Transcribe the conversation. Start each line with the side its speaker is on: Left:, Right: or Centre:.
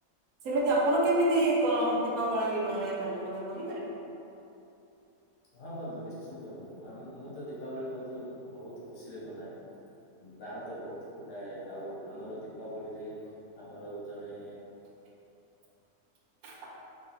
Right: ସେମିତି ଆପଣ କେମିତି କଣ ଦୀପାବଳି ମନେଇଥାନ୍ତି, ମତେ କହିପାରିବେ। <inaudible>
Left: ହଁ ବନ୍ଧୁ ନିଶ୍ଚିନ୍ତ ବନ୍ଧୁ ମୁଁ ତ ଦୀପାବଳି ବନ୍ଧୁ ବହୁତ ଖୁସିରେ ମନାଏ। ପ୍ରାଣ ତ ବହୁତ ଫୁଟାଏ। ଆଉ ଆମର ଦୀପାବଳିରେ ଆମର ଜଣେ
Right: <inaudible>